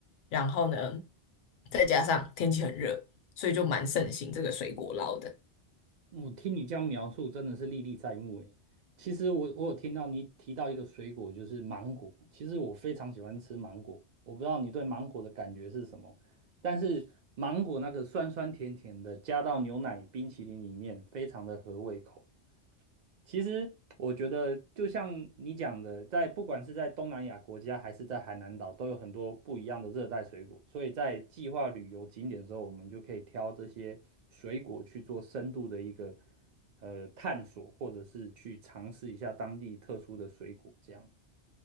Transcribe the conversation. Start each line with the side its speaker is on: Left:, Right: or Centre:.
Left: 然后呢，再加上天气很热，所以就蛮盛行这个水果捞的。
Right: 我听你这样描述，真的是历历在目诶。其实我我有听到你提到一个水果，就是芒果。其实我非常喜欢吃芒果，我不知道你对芒果的感觉是什么，但是芒果那个酸酸甜甜的，加到牛奶冰淇淋里面，非常的合胃口。其实我觉得，就像你讲的，在不管是在东南亚国家还是在海南岛，都有很多不一样的热带水果。所以在计划旅游景点的时候，我们就可以挑这些水果去做深度的一个呃探索，或者是去尝试一下当地特殊的水果。这样，